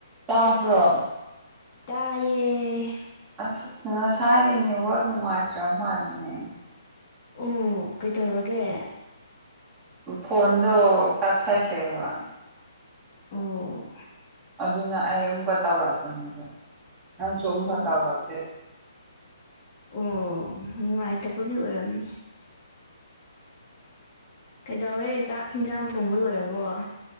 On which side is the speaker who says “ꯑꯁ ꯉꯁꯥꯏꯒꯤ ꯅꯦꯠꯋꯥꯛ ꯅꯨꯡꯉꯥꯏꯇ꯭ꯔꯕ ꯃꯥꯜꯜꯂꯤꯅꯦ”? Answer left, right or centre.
Right